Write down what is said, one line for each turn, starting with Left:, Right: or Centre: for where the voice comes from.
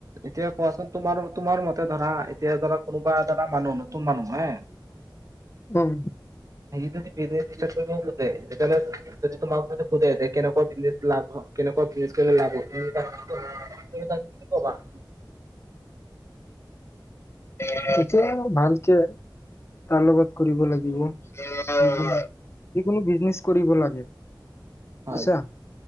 Right: এতিয়া কোৱাচোন তোমাৰ-তোমাৰ মতে ধৰা এতিয়া ধৰা কোনোবা ধৰা মানুহ নতুন মানুহ হে।
Left: উম।
Right: <unintelligible> <unintelligible> <unintelligible> <unintelligible> <unintelligible>
Left: <unintelligible> ভাল কে তাৰ লগত কৰিব লাগ <unintelligible> যিকোনো বিজনেছ কৰিব লাগে। বুজিছা?
Right: হয়,